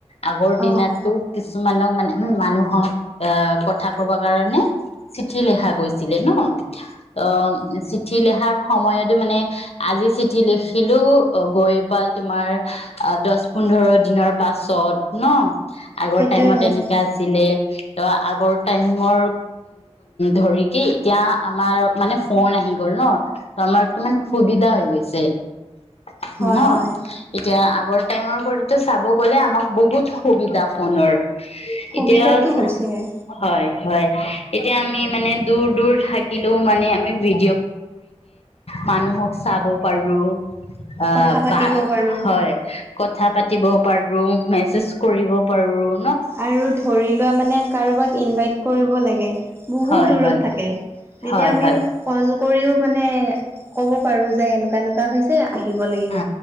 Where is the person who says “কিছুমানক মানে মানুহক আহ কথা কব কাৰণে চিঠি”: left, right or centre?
Left